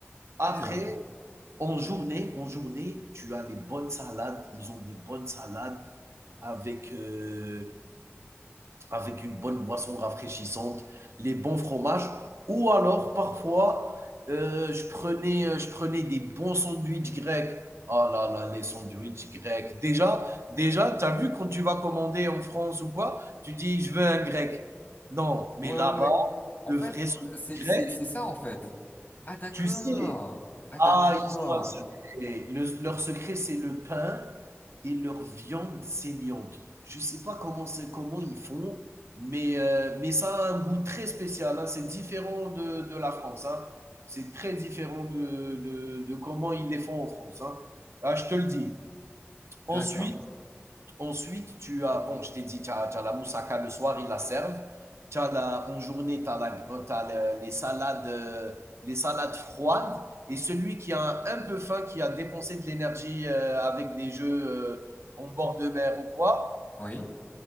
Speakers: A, on the right; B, on the left.
A: Après,
B: bizarre.
A: en journée en journée, tu as des bonnes salades, ils ont des bonnes salades avec, heu avec une bonne boisson rafraîchissante, les bons fromages, ou alors parfois euh, je, prenais, euh, je prenais des bons sandwichs grecs. Ah là là, les sandwichs grecs. Déjà, déjà, tu as vu quand tu vas commander en France ou quoi, tu dis je veux un grec. Non,
B: Ouais,
A: mais là-bas,
B: ouais, ouais. En
A: le
B: fait,
A: vrai sandwich
B: euh, c'est, c'est,
A: grec,
B: c'est ça, en fait. Ah d'accord,
A: tu sais,
B: ah
A: ah,
B: d'accord.
A: ils ont un secret. Le- leur secret, c'est le pain et leur viande saignante. Je ne sais pas comment c'est, comment ils font, mais, euh, mais ça a un goût très spécial. hein. C'est différent de, de la France. hein. C'est très différent de, de, de comment ils les font en France. hein. Ah, je te le dis. Ensuite,
B: D'accord.
A: Ensuite, tu as, bon, je t'ai dit, tu as, tu as la moussaka le soir, ils la servent. Tu as la, en journée, tu as, la, tu as les, salades, euh, les salades froides. Et celui qui a un peu faim, qui a dépensé de l'énergie euh, avec des jeux euh, en bord de mer ou quoi,
B: Oui,